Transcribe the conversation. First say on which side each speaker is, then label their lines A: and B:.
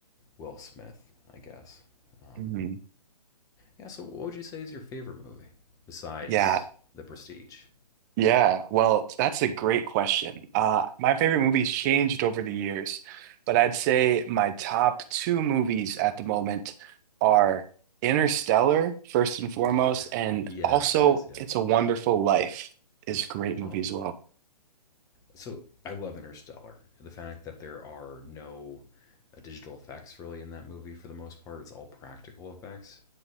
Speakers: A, on the left; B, on the right.
A: Will Smith, I guess. Um,
B: hmm
A: yeah. So what would you say is your favorite movie besides
B: Yeah,
A: The Prestige?
B: Yeah, well, that's a great question. Uh, my favorite movies changed over the years, but I'd say my top two movies at the moment are Interstellar, first and foremost,
A: Yeah.
B: and
A: Yes.
B: also
A: Yes. Yes.
B: It's a Wonderful Life is a great movie
A: Oh,
B: as well.
A: So I love Interstellar. The fact that there are no uh, digital effects really in that movie for the most part, it's all practical effects.